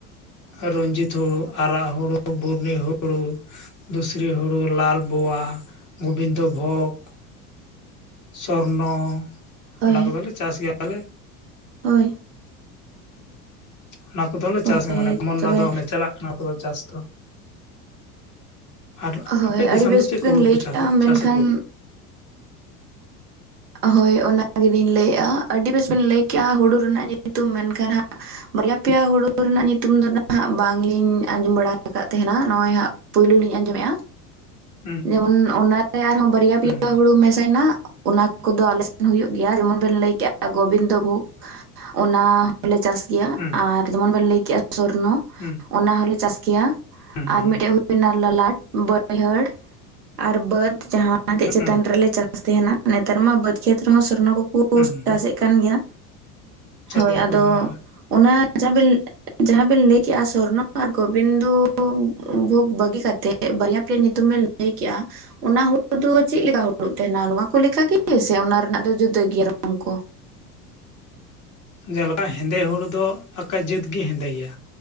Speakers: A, on the left (about 40°); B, on the right (about 85°).
A: ᱨᱚᱧᱡᱤᱛ ᱦᱩᱲᱩ ᱟᱨᱟᱜ ᱦᱩᱲᱩ ᱵᱩᱨᱱᱤ ᱦᱩᱲᱩ ᱫᱩᱥᱨᱤ ᱦᱩᱲᱩ ᱞᱟᱞᱵᱚᱣᱟ ᱜᱳᱵᱤᱱᱫᱚ ᱵᱷᱳᱜᱽ ᱥᱚᱨᱱᱚ
B: ᱦᱳᱭ
A: ᱚᱱᱟ ᱠᱚᱫᱚᱞᱮ ᱪᱟᱥ ᱜᱮᱭᱟᱞᱮ
B: ᱦᱳᱭ
A: ᱚᱱᱟ ᱠᱚᱫᱚᱞᱮ
B: ᱦᱳᱭ
A: ᱪᱟᱥ ᱜᱮᱭᱟ ᱢᱟᱱᱮ ᱠᱚᱢᱚᱱᱟ
B: ᱛᱚᱵᱮ
A: ᱫᱚ ᱪᱟᱞᱟᱜ ᱠᱟᱱᱟ ᱠᱚᱫᱚ ᱪᱟᱥ ᱫᱚ ᱟᱨ
B: ᱦᱳᱭ
A: ᱟᱯᱮ ᱫᱤᱥᱚᱢ
B: ᱟᱹᱰᱤ ᱵᱮᱥ
A: ᱫᱚ ᱪᱮᱫ ᱠᱚ
B: ᱵᱮᱱ
A: ᱦᱩᱲᱩ
B: ᱞᱟᱹᱭ
A: ᱠᱚ
B: ᱠᱮᱫᱮᱜᱼᱟ ᱢᱮᱱᱠᱷᱟᱱ
A: ᱪᱟᱥ ᱟᱠᱚ
B: ᱦᱳᱭ ᱚᱱᱟ ᱜᱮᱞᱤᱧ ᱞᱟᱹᱭᱮᱫᱼᱟ ᱟᱹᱰᱤ ᱵᱮᱥ ᱵᱤᱱ ᱞᱟᱹᱭ ᱠᱮᱜᱼᱟ ᱦᱩᱲᱩ ᱨᱮᱱᱟᱜ ᱧᱩᱛᱩᱢ ᱢᱮᱱᱠᱷᱟᱱ ᱦᱟᱸᱜ ᱵᱟᱨᱭᱟ ᱯᱮᱭᱟ ᱦᱩᱲᱩ ᱨᱮᱱᱟᱜ ᱧᱩᱛᱩᱢ ᱫᱚ ᱱᱟᱦᱟᱸᱜ ᱵᱟᱝᱞᱤᱧ ᱟᱸᱡᱚᱢ ᱵᱟᱲᱟ ᱟᱠᱟᱫ ᱛᱟᱦᱮᱱᱟ ᱱᱚᱜᱼᱚᱭ ᱦᱟᱸᱜ ᱯᱳᱭᱞᱳ ᱞᱤᱧ ᱟᱸᱡᱚᱢᱮᱫᱼᱟ
A: ᱦᱩᱸ
B: ᱡᱮᱢᱚᱱ ᱚᱱᱟᱨᱮ ᱟᱨᱦᱚᱸ ᱵᱟᱨᱭᱟ
A: ᱦᱩᱸ
B: ᱯᱮᱭᱟ ᱦᱩᱲᱩ ᱢᱮᱥᱟᱭᱱᱟ ᱚᱱᱟ ᱚᱱᱟ ᱠᱚᱫᱚ ᱟᱞᱮᱥᱱ ᱦᱚ ᱦᱩᱭᱩᱜ ᱜᱮᱭᱟ, ᱡᱮᱢᱚᱱ ᱵᱮᱱ ᱞᱟᱹᱭᱠᱮᱜᱼᱟ ᱜᱳᱵᱤᱱᱫᱚ ᱵᱷᱳᱜᱽ ᱚᱱᱟ ᱦᱚᱞᱮ ᱪᱟᱥ ᱤᱭᱟᱹ
A: ᱦᱩᱸ
B: ᱟᱨ ᱡᱮᱢᱚᱱ ᱵᱤᱱ ᱞᱟᱹᱭ ᱠᱮᱜ-ᱟ ᱥᱚᱨᱱᱚ᱾
A: ᱦᱩᱸ
B: ᱚᱱᱟ ᱦᱚᱞᱮ ᱪᱟᱥ ᱜᱮᱭᱟ
A: ᱦᱩᱸ
B: ᱟᱨ
A: ᱦᱩᱸ
B: ᱢᱤᱫᱴᱮᱱ ᱦᱳᱱᱟ ᱞᱚᱞᱟᱴ ᱵᱟᱹᱭᱦᱟᱹᱲ ᱟᱨ ᱵᱟᱹᱫ ᱡᱟᱦᱟᱸ ᱪᱮᱛᱟᱱ
A: ᱦᱩᱸ
B: ᱨᱮᱞᱮ ᱪᱟᱥ ᱛᱟᱦᱮᱱᱟ ᱱᱮᱛᱟᱨ ᱢᱟ ᱵᱟᱹᱫᱽ ᱠᱷᱮᱛ ᱨᱮᱦᱚᱸ ᱥᱚᱨᱱᱚ ᱠᱚᱠᱚ <unintelligible>
A: ᱦᱩᱸ ᱦᱩᱸ
B: ᱪᱟᱥᱮᱫ ᱠᱟᱱ ᱜᱮᱭᱟ
A: ᱪᱟᱥᱮᱜᱼᱟ
B: ᱦᱳᱭ ᱟᱫᱚ
A: ᱠᱚ ᱦᱳᱭ
B: ᱚᱱᱟ ᱡᱟᱦᱟᱵᱮᱱ ᱡᱟᱦᱟᱸ ᱵᱮᱤᱱ ᱞᱟᱹᱭ ᱠᱮᱜᱼᱟ ᱥᱚᱨᱱᱚ ᱟᱨ ᱜᱚᱵᱤᱱᱫᱩ ᱵᱷᱳᱜ ᱵᱟᱹᱜᱤ ᱠᱟᱛᱮᱜ ᱵᱟᱨᱭᱟ ᱯᱮᱭᱟ ᱧᱩᱛᱩᱢ ᱵᱮᱱ ᱞᱟᱹᱭ ᱞᱟᱹᱭ ᱠᱮᱫᱮᱜᱼᱟ ᱚᱱᱟ ᱦᱩᱲᱩ ᱫᱚ ᱪᱮᱫ ᱞᱮᱠᱟ ᱦᱩᱲᱩ ᱛᱟᱦᱮᱱᱟ ᱱᱚᱶᱟ ᱠᱚᱠᱟᱜᱮ ᱥᱮ ᱚᱱᱟ ᱨᱮᱱᱟᱜ ᱫᱚ ᱡᱩᱫᱟᱹᱭᱟ ᱨᱚᱝ ᱠᱚ
A: ᱡᱮᱞᱮᱠᱟ ᱦᱮᱸᱫᱮ ᱦᱩᱲᱩ ᱫᱚ ᱟᱠᱟᱹ ᱡᱟᱹᱛᱜ ᱜᱮ ᱦᱮᱸᱫᱮ ᱜᱮᱭᱟ